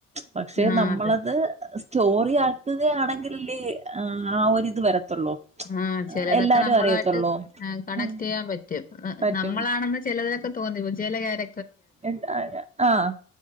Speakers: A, on the right; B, on the left.
A: പക്ഷെ
B: ആ
A: നമ്മളത്
B: അതെ.
A: എ് സ് സ്‌റ്റോറി ആക്കുകയാണെങ്കിലല്ലെ എ് ആ ഒരുരിത് വരത്തുള്ളൂ
B: ആഹ് ചെലതൊക്കെ
A: എല്ലാരും
B: നമ്മളു
A: അറിയത്തുള്ളൂ
B: ആയിട്ട് ആഹ് കണക്ടീയ്യാൻ
A: ഉം
B: പറ്റും
A: പറ്റും
B: നമ്മളാണെന്ന് ചെലവരൊക്കെ തോന്നിപ്പോ ചെല ക്യാര
A: എന്താ അ ആഹ്